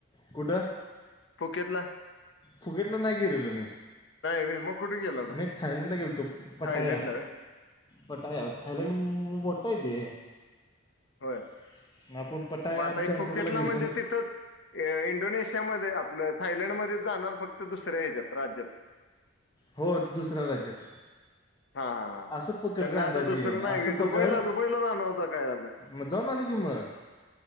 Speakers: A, on the left; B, on the left.
A: कुठ
B: फोकेतला
A: फुकेतलं नाही गेलेलो मी,
B: व्हय मग कुठे गेला होता
A: मी, थायलंडला गेलोतो, पटाया
B: थायलंडला व्हय
A: पटाया थयलंड मोटय ते
B: होय
A: <unintelligible>
B: मग, <unintelligible>
A: बँकॉकला
B: फुकेतला
A: गेलतो
B: म्हणजे
A: ना
B: तिथंच इंडोनेशियामध्ये, आपलं थायलंडमध्ये, जाणार फक्त दुसऱ्या ह्याच्यात राज्यात
A: हो, दुसऱ्या राज्यात
B: हा, हा, ह
A: असं पकड
B: त्यांना
A: रे अंदाजे
B: आता दुसरं नाही
A: असं पकड
B: दुबईला, दुबईला, जाणार होता काय झालं?
A: मग जाऊन आलो की मग